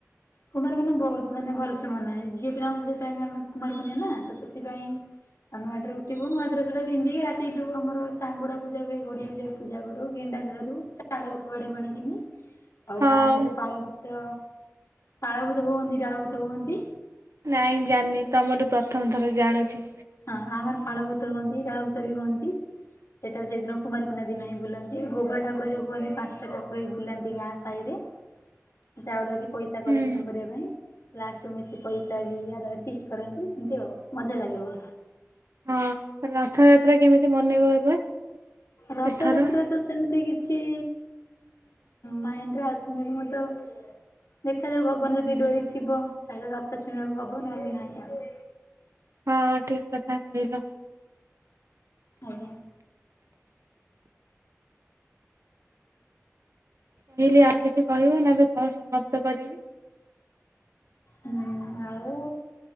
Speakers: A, on the left; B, on the right.
A: କୁମାର ପୂର୍ଣ୍ଣିମା ବହୁତ୍ ମାନେ ଭଲସେ ମନାଏ ଝିଅ ପିିଲାକଙ୍କ ସେଇତ୍ ପାଇଁ ଆମେ କୁମାର ପୁର୍ଣିମା ନା ତ ସେଥିପାଇଁ। ଆଉ ନୂଆଡେ ଉଠିବୁ ନୂଆ ଡ୍ରେସ ଗୋଟେ ପିନ୍ଧିକି ରାତି ଯୋଉ ଆମର ଚାଙ୍ଗୁଡା ପୂଜା ହୁଏ ଗଡିଆକୁ ଯାଇ ପୂଜାୁ କରୁ ‌ଗିନ୍ <unintelligible> ଚାଳକୁ ଫୋପାଡିବୁ ଅଣିକିନି ଆଉ
B: ହଁ
A: ଗାଁରେ ଯୋଉ ପଳଭୂତ ପାଳଭୂତ ହୁଅନ୍ତି ଡାଳଭୂତ ହୁଅନ୍ତି।
B: ନାଇଁ ଜାଣିନି ତମ ଠୁ ପ୍ରଥମ ଥର ଜାଣୁଛି।
A: ହଁ ଆମର ପାଳଭୂତ ହୁଅନ୍ତି ଡାଳଭୂତ ବି ହୁଅନ୍ତି। ସେଟା ସେଇଦିନ କୁମାରପୂର୍ଣ୍ଣିମା ଦିନ ହିଁ ବୁଲନ୍ତି ଗୋଵର ଠାକୁର ଯୋଉ କୁହନ୍ତି ପାଞ୍ଚଟା ଠାକୁର ହୋଇ ବୁଲାନ୍ତି ଗାଁ ସାହିରେ।
B: <unintelligible>
A: <inaudible> ପଇସା କଲେକ୍ସନ
B: ହୁଁ
A: କରିବା ପାଇଁ, ଲାଷ୍ଟ ମିଶି ପଇସା ବି ଫିଷ୍ଟ କରନ୍ତି। ହାଲୋ ମଜା ଲାଗେ ବହୁତ।
B: ହଁ ରଥଯାତ୍ରା କେମିତି ମନେଇବ ଏବେ?
A: ରଥଯାତ୍ରା
B: ଏଥର
A: ତ ସେମିତି କିଛି
B: <inaudible>
A: ମାଇଣ୍ଡି ରେ ଆସିନି ମୁଁ ତ। ଦେଖାଯାଉ ଭଗବାନ ଯଦି ଡ଼ୋରିଥିବ, ତାହେଲେ ରଥ ଛୁଇଁବାକୁ ହବ ନହେଲେ ନାଇଁ ଆଉ।
B: ହଁ ଠିକ୍ କଥା କହିଲ।
A: ଆଜ୍ଞା।
B: କହିଲି ଆଉ କିଛି କହିବୁ ନା ଏବେ କଲ୍ ସମାପ୍ତ କରିବି।
A: ହୁଁ ଆଉ